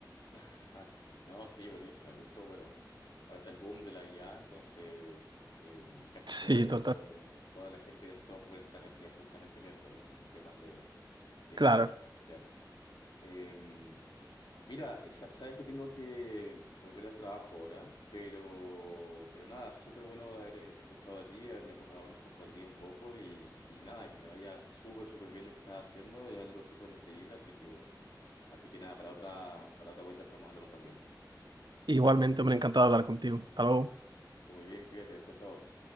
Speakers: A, on the left; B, on the right.
A: <laughs> No, sí, buenísima. De hecho, bueno, ahora está el boom de la IA, entonces eh, casi
B: <laughs> Sí,
A: todo
B: total.
A: lo- toda la gente de software está metida justamente en eso, en, en temas de, de inteligencia
B: Claro.
A: artificial. Eh, mira, sa- sabes que tengo que volver al trabajo ahora, pero, pero nada, súper bueno de haber eh, escuchado de ti, haberme pu- habernos puesto al día un poco y, y nada, que te vaya súper, súper bien lo que estás haciendo, es algo súper increíble, así que, así que nada, para otra, para otra vuelta estamos hablando también.
B: Igualmente, me ha encantado hablar contigo. Hasta luego.
A: Que esté muy bien, cuídate, chao, chao.